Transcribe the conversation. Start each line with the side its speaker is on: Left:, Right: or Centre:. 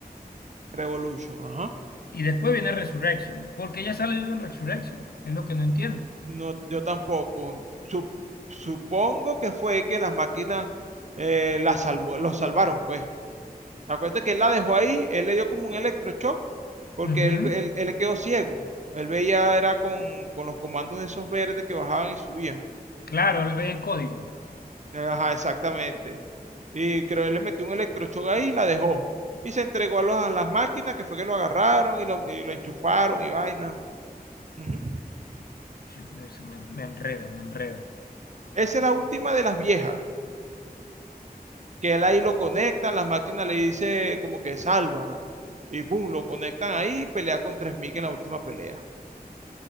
Right: Revolution, ajá.
Left: Y después viene Resurrection. porque ella sale viva en Resurrection? Es lo que no entiendo.
Right: No, yo tampoco. Sup- supongo que fue que las máquinas eh, las salvó, los salvaron, pues. Acuérdate que él la dejó ahí, él le dio como un electroshock, porque
Left: Ujú,
Right: él, él, él le quedó ciego. Él veía, era con, con los comandos esos verdes que bajaban y subían.
Left: Claro, él ve en código.
Right: Ajá, exactamente. Y creo él le metió un electroshock ahí y la dejó. Y se entregó a, los- a las máquinas que fue que lo agarraron y lo, y lo enchufaron y vaina. Ujú.
Left: Sí, Eso me, me enreda, me enreda.
Right: Esa es la última de las viejas, que él ahí lo conectan, las máquinas le dice como que salva, ¿no? Y boom, lo conectan ahí y pelea con 3000 en la última pelea.